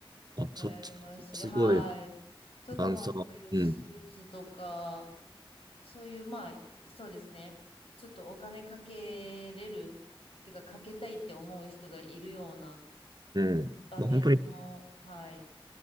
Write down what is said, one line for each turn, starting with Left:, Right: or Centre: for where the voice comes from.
Right: あ、
Left: もやりますし、
Right: そっち、すごい、
Left: はい。とか、
Right: ダンサー。
Left: まあ、そういうスーツとか、
Right: うん。
Left: そういう、まあ、そうですね。ちょっとお金かけれる、っていうか、かけたいって思う人がいるような
Right: うん。
Left: 場面の、
Right: まあ、本当に。
Left: はい。